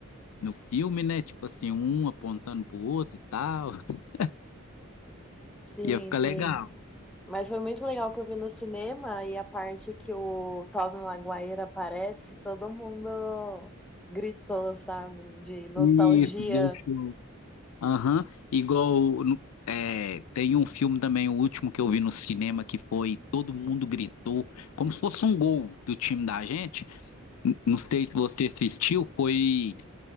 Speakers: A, on the left; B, in the centre.
A: no filme, né? Tipo assim, um apontando pro outro e tal. <laughs>
B: Sim,
A: Ia ficar
B: sim.
A: legal.
B: Mas foi muito legal que eu vi no cinema e a parte que o Tobey Maguire aparece, todo mundo gritou, sabe? De nostalgia.
A: Isso, deu show. Aham. Igual no- é, tem um filme também, o último que eu vi no cinema, que foi Todo Mundo Gritou, como se fosse um gol do time da gente. N- Não sei se você assistiu, foi.